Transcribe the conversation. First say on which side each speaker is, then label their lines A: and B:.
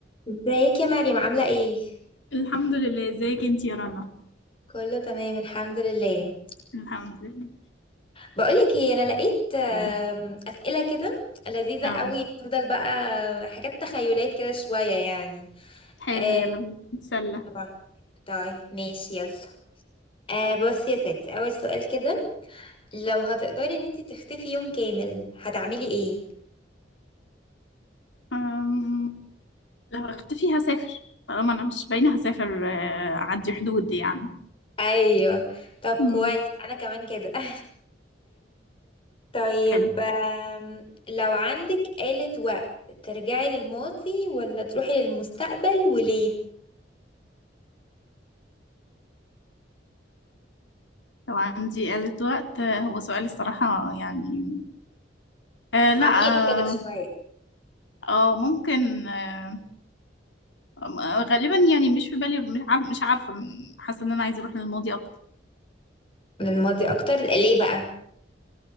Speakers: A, on the left; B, on the left.
A: ازيك يا مريم عاملة ايه؟
B: الحمد لله ازيك انت يا رنا
A: كله تمام الحمد لله
B: الحمد لله
A: بقولك ايه انا لقيت آم،
B: تمام.
A: اسئلة كده لذيذة
B: اه
A: قوي تفضل بقى حاجات تخيلات كده شوية يعني
B: حلو
A: آه
B: يلا بينا نتسلى
A: طبعا طيب ماشي يلا آه بصي يا ستي اول سؤال كده لو هتقدري ان انت تختفي يوم كامل هتعملي ايه؟
B: أم... لو اختفي هسافر طالما انا مش باينه هسافر آه، اعدي حدود يعني
A: ايوه طب كويس
B: مم.
A: انا كمان كده <laughs> طيب
B: حلو
A: آم، لو عندك آلة وقت ترجعي للماضي ولا تروحي للمستقبل وليه؟
B: لو عندي آلة وقت آه، هو سؤال الصراحة يعني آه لا
A: عميق
B: اه
A: كده شوية
B: آه، ممكن آه آه، غالبا يعني مش في بالي مش عارف مش عارفة حاسة ان انا عايزة اروح للماضي اكتر
A: للماضي أكتر ليه بقى؟